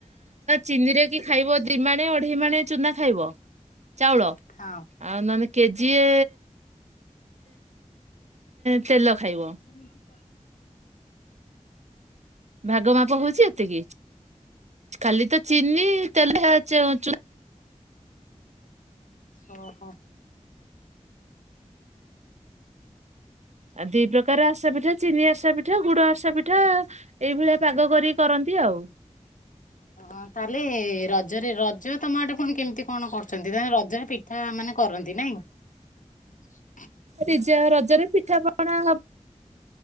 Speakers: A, on the right; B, on the left.
A: ଚିନି ରେ କି ଖାଇବ ଦିମାଣେ ଅଢେଇ ମଣେ ଚୁନା ଖାଇବ। ଚାଉଳ
B: ହଁ।
A: ଆଉ ନେଲେ କେଜିିଏ ତେଲ ଖାଇବ।
B: ବସ ନେଇ
A: ଭାଗ ମାପ ହଉଛି ଏତିକି। କଲି ତ ଚିିନି ତେଲ ହେଚୁ
B: ଓ ହୋ
A: ଆ ଦପ ଆସାି ଚିନିସାିଠା ଗୁଡ ବର୍ଷା ପିଠା ଏଇଭଳିଆ ପାଗ କରି କରନ୍ତି ଆଉ।
B: ଓ ତାହେଲେ ରଜରେ ରଜ ତମ ଆଟେ ପୁଣି କେମିତି କଣ କରଛନ୍ତି ତାଲେ ରଜରେ ପିଠା ମାନେ କରନ୍ତି ନାଇଁ <inaudible>
A: ରିଜା ରଜରେ ପିଠା। ପଣ ହ